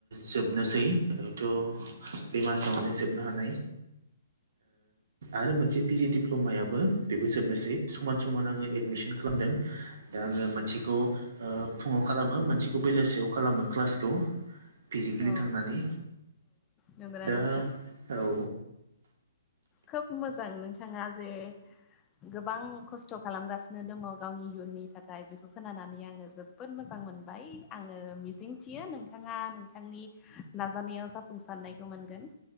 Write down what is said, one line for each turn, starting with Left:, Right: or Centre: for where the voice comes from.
Right: जोब बेनोसैथ' बे मासावनो जोबनो हानाय आरो मोनसे पिजि डप्ल'मायाबो बेबो जोबनोसै समान समान आङो एडमिसन खालामदों। दा आङो मोनसेखौ फुङाव खालामो मोनसेखौ बेलासेयाव खालामो क्लासखौ। इलि
Left: औ
Right: थांनानै
Left: नंगौना
Right: दा
Left: नोंथां
Right: औ।
Left: खोब मोजां नोंथाङा जे गोबां खस्थ' खालामगासिनो दङ गावनि इयुननि थाखाय बेखौ खोनानानै आङो जोब बोद मोजां मोनबाय आङो मिजिथियो नोंथाङा नोंथांनि नाजानायाव जाफुंसारनायखौ मोनगोन।